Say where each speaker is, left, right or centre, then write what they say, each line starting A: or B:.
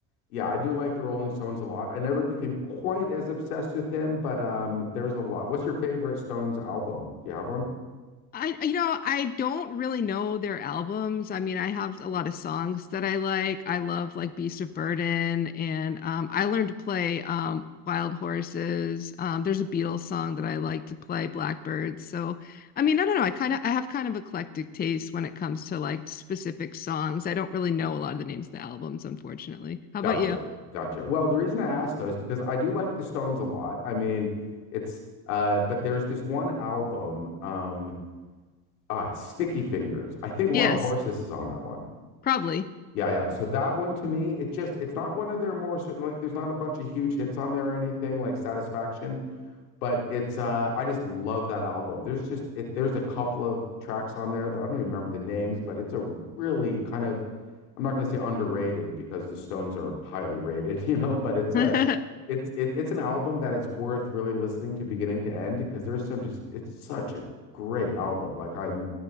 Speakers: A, on the left; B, on the left.
A: yeah, I do like the Rolling Stones a lot. I never became quite as obsessed with them, but um, there's a lot. What's your favorite Stones album? Do you have one?
B: I, you know, I don't really know their albums. I mean, I have a lot of songs that I like. I love like Beast of Burden, and um, I learned to play um, Wild Horses. Um, there's a Beatles song that I like to play, Blackbirds. So, I mean, I don't know. I kind of I have kind of eclectic taste when it comes to like specific songs. I don't really know a lot of the names of the albums, unfortunately. How
A: Gotcha,
B: about you?
A: gotcha. Well, the reason I asked those because I do like the Stones a lot. I mean, it's uh, but there's this one album, um, uh, Sticky Fingers. I think Wild
B: Yes,
A: Horses is on that one.
B: probably.
A: Yeah, yeah. So that one to me, it just it's not one of their more sort like there's not a bunch of huge hits on there or anything like Satisfaction but it's uh I just love that album. There's just it there's a couple of tracks on there that I don't even remember the names, but it's a really kind of I'm not going to say underrated because the Stones are highly rated, <laughs> you know, but it's
B: <laughs>
A: a it's it, it's an album that it's worth really listening to beginning to end because there's some just it's such a great album. Like I'm